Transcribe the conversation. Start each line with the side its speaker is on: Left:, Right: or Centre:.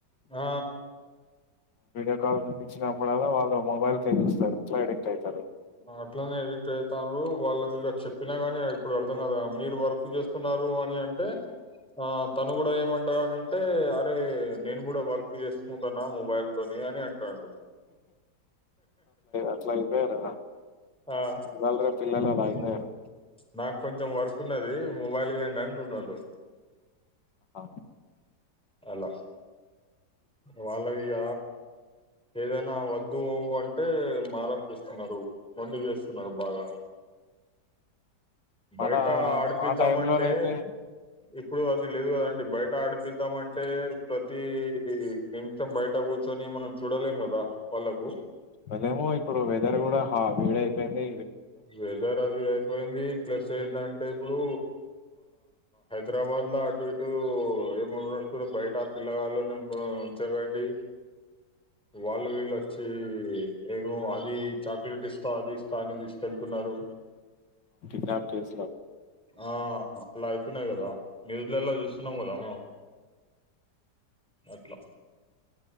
Centre: ఆ
Left: వీడియో కాల్ చూపించినప్పుడల్ల వాళ్ళు మొబైల్ కేయ్ చూస్తరు అట్లా ఎడిక్ట్ అయితరు
Centre: ఆ అట్లనే ఎడిక్ట్ అయితాండ్రు వాళ్ళకి ఇగ చెప్పినా గాని ఇప్పుడు అర్థం గాదుగా మీరు వర్క్ జేస్తున్నారు అని అంటే ఆ తను గూడా ఏమంటారంటే అరే, నేను కూడా వర్క్ చేసుకుంటున్నా మొబైల్ తోని అని అంటండు.
Left: అట్లా అయిపోయారు
Centre: ఆ
Left: ఇవాళ రేపు పిల్లలు
Centre: మ్మ్
Left: అలా
Centre: హ్మ్
Left: అయిపోయారు
Centre: బా కొంచెం వర్ కున్నది మొబైల్ ఇయ్యి అంటుండడు
Left: ఆహ
Centre: అలా వాళ్ళకి ఇగ ఏదైనా వద్దు అంటే మారంచేస్తున్నారు మొండి చేస్తున్నారు బాగా బయట
Left: మన
Centre: ఆడిపిద్దామంటే
Left: మా టైమ్ లోనయితే
Centre: ఇప్పుడు అది లేదు కదండి బయట అడుపిద్దామ్ అంటే ప్రతి నిమిషం బయట కూర్చొని మనం చూడలేం కదా వాళ్ళకు
Left: అదేమో ఇప్పుడు వెదర్ కూడా హా వేడి అయిపోయింది
Centre: వెదరది అయిపోయింది ప్లస్ చేసిన అంటే ఇప్పుడు హైదరాబాద్ల అటు ఇటు ఎమ్ నడుస్తుంది అంటే బయట పిల్లగాళ్ళని ఉంచకండి వాళ్ళు వీళ్ళు వచ్చి ఏమో అది చాక్లెట్ ఇస్తా అది ఇస్తా అని తీస్ ఎళ్తున్నారు
Left: కిడ్నాప్ కేస్
Centre: ఆ అట్ల అయితున్నాయి కదా న్యూస్లల్లా చూస్తున్నాం కదా మ అట్ల